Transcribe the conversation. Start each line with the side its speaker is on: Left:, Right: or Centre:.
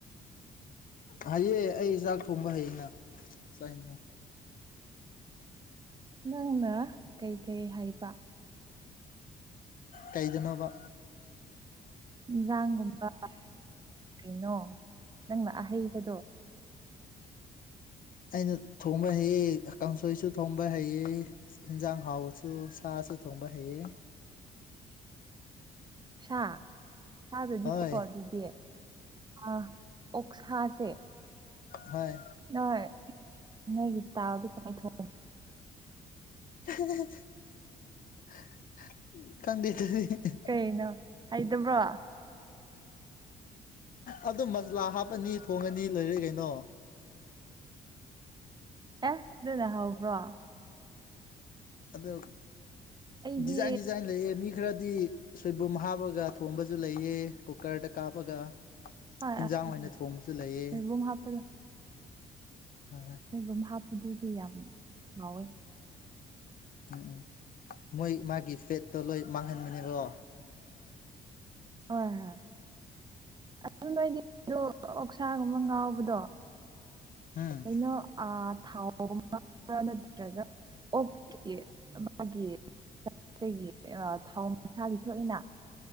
Left: ꯍꯥꯏꯌꯦ ꯑꯩ ꯆꯥꯛ ꯊꯣꯡꯕ ꯍꯩꯩꯅ ꯆꯥꯛ ꯍꯟꯖꯥꯛ
Right: ꯅꯪꯅ ꯀꯩ ꯀꯩ ꯍꯩꯏꯕ
Left: ꯀꯩꯗꯅꯕ
Right: ꯏꯟꯖꯥꯡꯒꯨꯝꯕ ꯑ ꯀꯩꯅꯣ ꯅꯪꯅ ꯑꯍꯩꯕꯗꯣ
Left: ꯑꯩꯅ ꯊꯣꯡꯕ ꯍꯩꯑ ꯀꯥꯡꯁꯣꯏꯁꯨ ꯊꯣꯡꯕ ꯍꯩꯑ ꯌꯦꯟꯖꯥꯡ ꯍꯥꯎꯁ ꯁꯨ ꯁꯥꯁꯨ ꯊꯣꯡꯕ ꯍꯩꯌꯦ
Right: ꯁꯥ ꯁꯥꯗꯨꯗꯤꯀꯣ
Left: ꯍꯣꯏ
Right: ꯑꯗꯨꯗꯤ ꯑ ꯑꯣꯛꯁꯥꯁꯦ
Left: ꯍꯣꯏ
Right: ꯅꯣꯏ ꯅꯣꯏꯒꯤꯁꯨ ꯇꯥꯔꯗꯤ ꯀꯃꯥꯏ ꯊꯣꯡꯉ
Left: ꯀꯗꯗꯤ
Right: ꯀꯩꯅꯣ ꯍꯩꯇꯕ꯭ꯔꯣ
Left: ꯑꯗꯨ ꯃꯁꯂꯥ ꯍꯥꯞꯄꯅꯤ ꯊꯣꯡꯉꯅꯤ ꯂꯣꯏꯔꯦ ꯀꯩꯅꯣ
Right: ꯑꯦ ꯑꯗꯨꯅ ꯍꯎꯕ꯭ꯔꯣ
Left: ꯑꯗ
Right: ꯑꯩꯗꯤ
Left: ꯗꯤꯖꯥꯏꯟ ꯗꯤꯖꯥꯏꯟ ꯂꯩꯌꯦ ꯃꯤ ꯈꯔꯗꯤ ꯁꯣꯏꯕꯨꯝ ꯍꯥꯞꯕꯒ ꯊꯣꯡꯕꯁꯨ ꯂꯩꯑꯦ ꯀꯨꯛꯀꯔꯗ ꯀꯥꯞꯄꯒ
Right: ꯍꯣꯏ
Left: ꯍꯦꯟꯖꯥꯡ
Right: ꯍꯣꯏ
Left: ꯑꯣꯏꯅ
Right: ꯍꯣꯏ
Left: ꯊꯣꯡꯕꯁꯨ ꯂꯩꯌꯦ
Right: ꯁꯣꯏꯕꯨꯝ ꯍꯥꯞꯄꯗꯣ
Left: ꯍ ꯍꯣꯏ
Right: ꯁꫭꯏꯕꯨꯝ ꯍꯥꯞꯄꯗꯨꯗꯤ ꯌꯥꯝ ꯉꯥꯎꯋꯦ
Left: ꯎꯝ ꯎꯝ ꯃꯣꯏ ꯃꯥꯒꯤ ꯐꯦꯠꯇꯣ ꯂꯣꯏ ꯃꯥꯡꯍꯟꯕꯅꯦꯔꯣ
Right: ꯍꯣꯏ ꯍꯣꯏ ꯑꯗꯨ ꯅꯣꯏꯗꯤ ꯑꯣꯛꯁꯥꯒꯨꯝꯕ ꯉꯥꯎꯕꯗꯣ
Left: ꯎꯝ
Right: ꯀꯩꯅꯣ ꯊꯥꯎꯒꯨꯝꯕ ꯈꯔ ꯅꯠꯇ꯭ꯔꯒ ꯑꯣꯀꯦ ꯃꯥꯒꯤ ꯑꯗꯒꯤ ꯊꯥꯎ ꯃꯁꯥꯗꯤ ꯊꯣꯛꯏꯅ